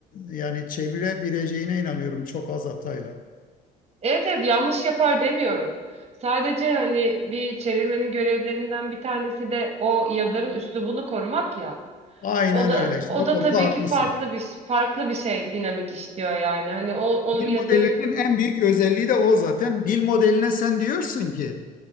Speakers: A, on the left; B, on the right.
A: e, yani çevirebileceğine inanıyorum çok az hatayla.
B: Evet evet yanlış yapar demiyorum. Sadece hani bir çevirmenin görevlerinden bir tanesi de o yazarın üslubunu korumak ya.
A: Aynen
B: O da
A: öyle işte.
B: o
A: O
B: da
A: konuda
B: tabii
A: haklısın.
B: ki farklı bir farklı bir şey dinamik işliyor yani. Hani o
A: Dil
B: o yazarın
A: modellerinin en büyük özelliği de o zaten. Dil modeline sen diyorsun ki